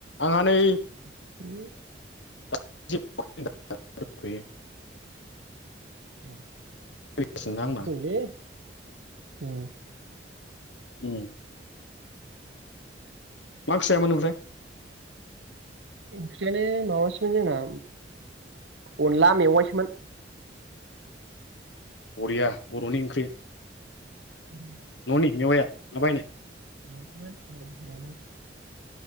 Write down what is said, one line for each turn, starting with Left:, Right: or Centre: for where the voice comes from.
Left: आङा नै
Right: <unintelligible>
Left: <unintelligible>
Right: <unintelligible>
Left: फैगासिनो आंना उम मा ओंख्रि जायामोन ओमफ्राय
Right: ओंख्रियानो माबासो जोंना अनला मेवाइसोमोन
Left: बरिया बर'नि ओंख्रि
Right: न'निमोन
Left: ननि मेवया ना बायनाय
Right: ननिमोन औ नंगौ